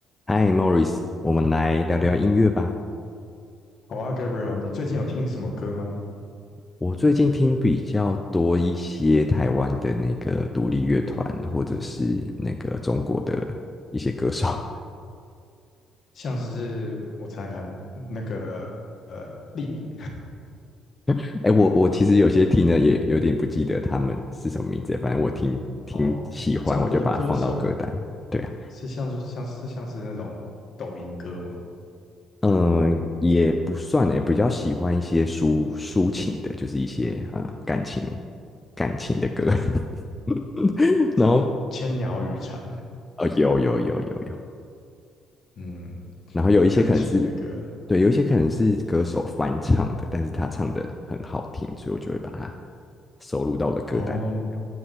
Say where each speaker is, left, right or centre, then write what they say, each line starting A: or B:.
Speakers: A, on the left; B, on the left.
A: 嗨，Morris，我们来聊聊音乐吧。
B: 好啊，Gabriel，你最近有听什么歌吗？
A: 我最近听比较多一些台湾的那个独立乐团，或者是那个中国的一些歌手。
B: 像是我猜猜看那个呃，利比
A: <laughs> 哎，我我其实有些听的也有点不记得他们是什么名字，反正我听听喜欢，
B: 哦，中国的歌手
A: 我就把它放到歌单。对啊，
B: 是像是像是像是那种抖音歌吗？
A: 嗯，也不算哎，比较喜欢一些抒抒情的，就是一些呃感情感情的歌。
B: 什么
A: <laughs> 然后，
B: 什么千鸟语蝉，
A: 哦，有有有有有，
B: <laughs> 嗯，
A: 然后有一些可能是，
B: 感情的歌
A: 对，有一些可能是歌手翻唱的，但是他唱的很好听，所以我就会把它收录到我的歌单里。
B: 哦，